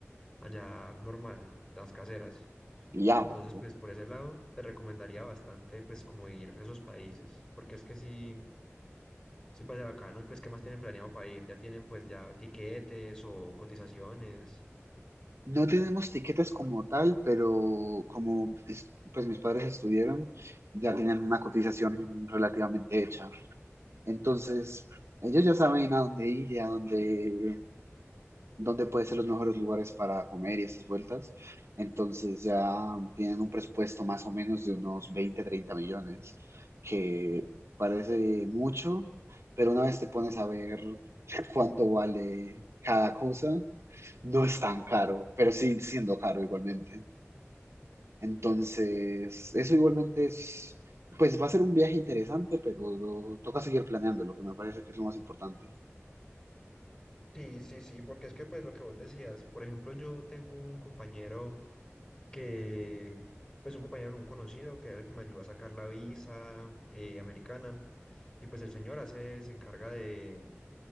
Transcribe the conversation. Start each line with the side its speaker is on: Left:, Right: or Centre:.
Left: allá normal, las caseras.
Right: Diablo.
Left: Entonces,
Right: No
Left: pues por ese lado te recomendaría bastante pues como ir a esos países, porque es que sí, sí parece bacano y pues ¿qué más tienen planeado para ir? ¿Ya tienen pues ya tiquetes o cotizaciones?
Right: No tenemos tiquetes como tal, pero como es- pues mis padres estuvieron, ya tienen una cotización relativamente hecha. Entonces, ellos ya saben a dónde ir y a dónde, dónde pueden ser los mejores lugares para comer y estas vueltas. Entonces, ya tienen un presupuesto más o menos de unos 20, 30 millones, que parece mucho, pero una vez te pones a ver <laughs> cuánto vale cada cosa, no es tan caro, pero sí siendo caro igualmente. Entonces, eso igualmente es, pues va a ser un viaje interesante, pero toca seguir planeando, lo que me parece que es lo más importante.
Left: Sí, sí, sí, porque es que pues lo que vos decías, por ejemplo, yo tengo un compañero que, pues un compañero, no, un conocido, que era el que me ayudó a sacar la visa eh, americana, y pues el señor hace, se encarga de